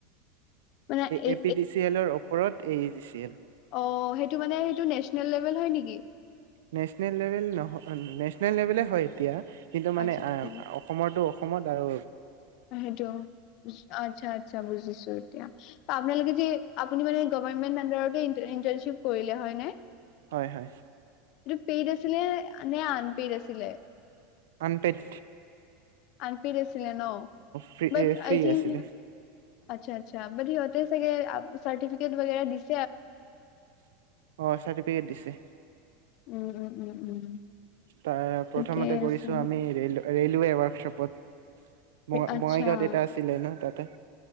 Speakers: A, on the left; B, on the right.
A: মানে এই
B: এ পি দি চি এলৰ ওপৰত এই জি চি এল।
A: অঁ সেইটো মানে সেইটো নেচনেল লেভেল হয় নেকি?
B: নেচনেল লেভেল নহয়, নেচনেল লেভলে হয় এতিয়া কিন্তু মানে
A: আচ্ছা আচ্ছা
B: অসমৰটো অসমৰ দাৰো
A: সেইটো, আচ্ছা আচ্ছা বুজিছো এতিয়া, আপোনালোকে যে আপুনি মানে গভমেন্ট আণ্ডাৰতে ইণ্টাৰ্শ্বিপ কৰিলে হয়নে?
B: হয় হয়।
A: এইটো পেইড আছিলে, নে আঁনপেইড আছিলে?
B: আনপেইড
A: আনপেইড আছিলে নে ন
B: ফ্ৰী
A: বাত
B: এ ফ্ৰী
A: আই থিংক
B: আছিলে
A: আচ্ছা আচ্ছা বাত সিহঁতে চাগে চৰ্টিফিকেট বাগেৰা দিচে
B: <inaudible> অ' চাৰ্টিফিকেট দিছে।
A: উম উম উম উম
B: তাৰ,
A: ঠিকেই
B: প্ৰথমতে কৰিছো
A: আছে
B: আমি ৰেল ৰেলৱে ৱৰ্কচপত।
A: আচ্ছা
B: বঙাইগাঁৱত দেতা আছিলে ন তাত তে